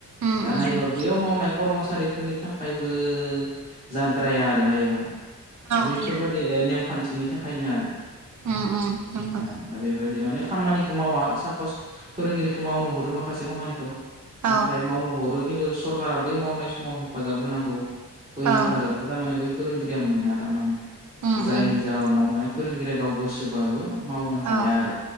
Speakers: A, on the right (about 55°); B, on the right (about 20°).
A: उम
B: दा
A: उम
B: नायोबा
A: उम
B: बैयाव मावनाय खर्मसा सारि फोरनि थाखायबो जाद्राया आरो नायोबा। द
A: औ
B: बैफोरबादि
A: नंगौ
B: नेमखान्थि बिनि थाखायनो आरो
A: उम उम नंगौ
B: औ दा बेबायदि माने खामानिखौ मावा सापस फोरोंगिरिखौ मावनो हरो माखासे खामानिखौ
A: औ
B: नाथाय मावनो हरो खिन्थु सरकारा बै मावनाय समाव हेफाजाब होनांगौ बै
A: ओं
B: हेफाजाबखौ थारमाने बै फोरोंगिरिया मोना ना मानो?
A: उम
B: जायनि
A: उम
B: जाहोनाव माने फोरोंगिरि गाव गोसोबाबो मावनो हाया
A: औ
B: आरो